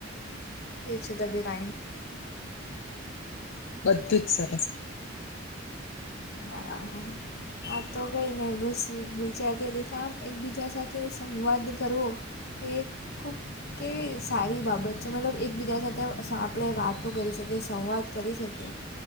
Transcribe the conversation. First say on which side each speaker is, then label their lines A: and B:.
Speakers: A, on the left (about 55°); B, on the left (about 70°).
A: કેવી છે તબિયત પાણી?
B: બધું જ સરસ.
A: હા. આ તો કઈ નઈ બસ વિચારતી હતી કે આમ એકબીજા સાથે સંવાદ કરવો. એ ખૂબ કે સારી બાબત છે મતલબ એકબીજા સાથે સ આપણે વાતો કરી શકીએ સંવાદ કરી શકીએ